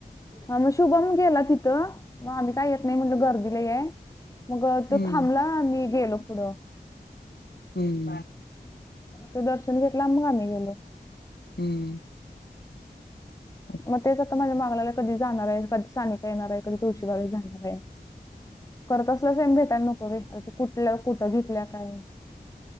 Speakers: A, on the left; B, on the left.
A: हा मग शुभम गेला तिथं मग आम्ही काय येत नाही म्हणलं गर्दीला आहे. मग तो
B: हम्म
A: थांबला मी गेलो पुढं.
B: हम्म बा
A: ते दर्शन घेतलं मग आम्ही गेलो.
B: हम्म. हो.
A: मग तेच आता माझ्या मागलाला कधी जाणार आहे कधी सानिका येणार आहे कधी तुळशीबागरे जाणार आहे. करत असल्या सम भेटायला नको व अर ते कुठल्या कुठं घेतल्या काय?